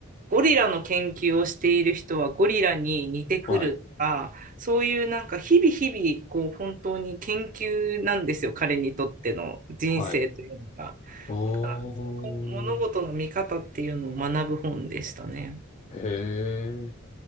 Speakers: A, on the right; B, on the left.
A: ゴリラの研究をしている人はゴリラに似てくるとか、
B: はい、
A: そういうなんか日々日々、こう、本当に研究なんですよ。彼にとっての人生というのが。
B: はい。ああ、
A: だから、その物事の見方っていうのを学ぶ本でしたね。
B: へえ。